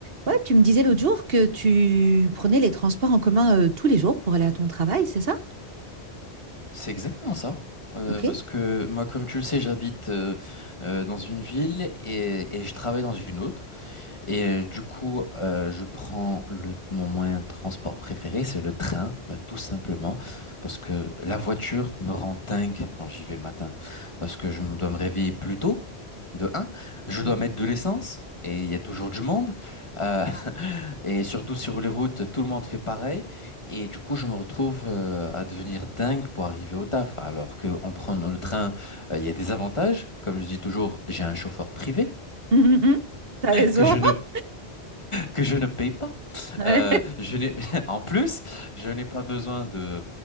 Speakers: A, on the right; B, on the left.
A: Ouais, tu me disais l'autre jour que tu prenais les transports en commun euh, tous les jours pour aller à ton travail, c'est ça?
B: C'est exactement ça. Euh,
A: Ok.
B: parce que moi, comme tu le sais, j'habite euh, euh, dans une ville et, et je travaille dans une autre. Et euh, du coup, euh, je prends le, mon moyen de transport préféré, c'est le train, bah, tout simplement, parce que la voiture me rend dingue quand j'y vais le matin, parce que je me dois me réveiller plus tôt, de un, je
A: Ouais.
B: dois mettre de l'essence, et il y a toujours du monde, euh, <laughs> et surtout sur les routes, tout le monde fait pareil, et du coup, je me retrouve euh, à devenir dingue pour arriver au taf, alors que en prenant le train, euh, il y a des avantages, comme je dis toujours, j'ai un chauffeur privé
A: Hum, hum, hum. T'as raison.
B: que je ne
A: <laughs>
B: que je ne paye pas.
A: Ouais.
B: Euh, je n'ai, <laughs> en plus, je n'ai pas besoin de,